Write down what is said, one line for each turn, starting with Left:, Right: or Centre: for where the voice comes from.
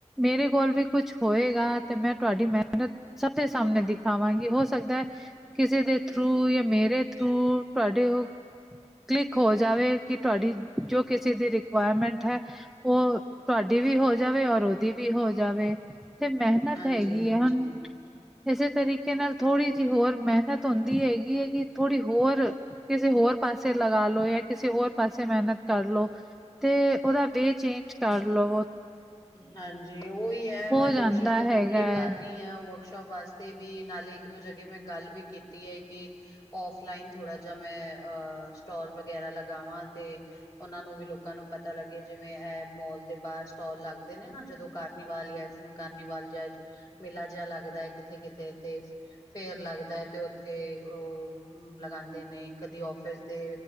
Centre: ਮੇਰੇ ਕੋਲ ਵੀ ਕੁਛ ਹੋਏਗਾ ਤੇ ਮੈਂ ਤੁਆਡੀ ਮੇਹਨਤ ਸਭ ਦੇ ਸਾਮਣੇ ਦਿਖਾਵਾਂਗੀ। ਹੋ ਸਕਦੈ ਕਿਸੇ ਦੇ ਥਰੂ ਯਾਂ ਮੇਰੇ ਥਰੂ ਤੁਆਡੇ ਔ ਕਲਿੱਕ ਹੋ ਜਾਵੇ ਕਿ ਤੁਆਡੀ ਜੋ ਕਿਸੇ ਦੀ ਰਿਕੁਆਇਰਮੈਂਟ ਹੈ ਉਹ ਤੁਹਾਡੀ ਵੀ ਹੋ ਜਾਵੇ। ਔਰ ਉਹਦੀ ਵੀ ਹੋ ਜਾਵੇ। ਤੇ ਮਿਹਨਤ
Left: ਹਾਂਜੀ-ਹਾਂਜੀ।
Centre: ਹੈਗੀ ਆਂ। ਹੁਣ ਇਸੇ ਤਰੀਕੇ ਨਾਲ ਥੋੜ੍ਹੀ ਜਿਹੀ ਹੋਰ ਮਿਹਨਤ ਹੁੰਦੀ ਹੈਗੀ ਹੈਗੀ। ਥੋੜ੍ਹੀ ਹੋਰ ਕਿਸੇ ਹੋਰ ਪਾਸੇ ਲਗਾ ਲੋ ਜਾਂ ਕਿਸੇ ਹੋਰ ਪਾਸੇ ਮਿਹਨਤ ਕਰ। ਲੋ ਤੇ। ਉਹਦਾ ਵੇ ਚੇਂਜ ਕਰ ਲ
Left: ਹਾਂਜੀ। ਉਹੀ ਹੈ ਮੈਂ
Centre: ਹੋ
Left: ਕੋਸ਼ਿਸ਼
Centre: ਜਾਂਦਾ
Left: ਤੇ
Centre: ਹੈਗਾ
Left: ਪੂਰੀ
Centre: ਹੈ
Left: ਕਰ ਰਹੀ ਹਾਂ। ਵਰਕ ਵਾਸਤੇ ਵੀ ਨਾਲੇ। ਇੱਕ ਦੋਂ ਜਗੇ ਮੈਂ ਗੱਲ ਵੀ ਕੀਤੀ ਹੈ। ਕਿ ਓਫਲਈਂਨ ਥੋੜਾ ਜਾਂ ਮੈਂ ਸਟੋਲ ਵਗੈਰਾ ਲਗਾਵਾਂ। ਤੇਂ ਉਹਨਾਂ ਨੂੰ ਵੀ ਲੋਕਾਂ ਨੂੰ ਪਤਾ ਲੱਗੇ। ਜਿਵੇਂ ਇਹ ਮੋਲ ਦੇ ਬਾਹਰ ਸਟੋਲ ਲੱਗਦੇ ਨੇ ਨਾਂ। ਜਦੋਂ ਕਾਰਨੀਵਾਲ ਜਾਂ ਕਾਰਨੀਵਾਲ ਜਾਂ ਮੇਲਾ ਜਾਂ ਲੱਗਦਾ। ਕਿਥੇ ਕਿਥੇ ਤੇ ਫੇਰ ਲੱਗਦਾ। ਏ ਤੇ ਉੱਥੇ ਉਹ ਲਗਾਉਦੇ ਨੇ। ਕਦੀ ਅੋਫਿਸ ਦੇਂ